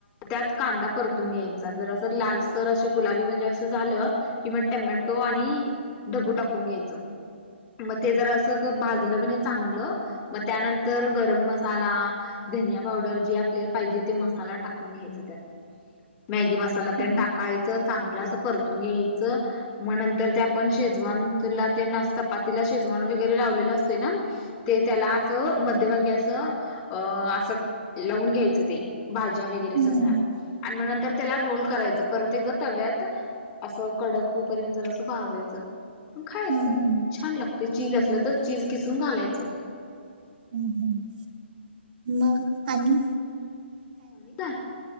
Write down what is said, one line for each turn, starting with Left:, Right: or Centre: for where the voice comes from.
Left: त्यात कांदा परतून घ्यायचा जर असं लालसर असं गुलाबी म्हणजे असं झालं कि मग टमॅटो आणि ढबू टाकून घ्यायचं. मग ते जर अस भाजल कनी चांगलं मग त्यानं तर गरम मसाला, धनिया पावडर जे आपल्याला पाहिजे ते मसाला टाकून घ्यायचं त्यात मॅगी मसाला तेन
Right: हम्म
Left: टाकायचं चांगलं असं परतून घ्यायचं मग नंतर ते आपण शेजवानला तेन चपातीला शेजवान वगैरे लावलेलं असतं ना ते त्याला असं मध्यभागी असं अ असं लावून घ्यायचं ते भाज्या वगैरे सगळ्या
Right: हम्म
Left: आणि मग नंतर त्याला रोल करायचं परत एकदा तव्यात असं कडक हुपर्यंत जरासं भाजायचं. खायचं
Right: हं, हं,
Left: छान लागतय चीज
Right: हं,
Left: असलं तर चीज खिसून घालायचं.
Right: हम्म हम्म मग आणि
Left: आणि काय?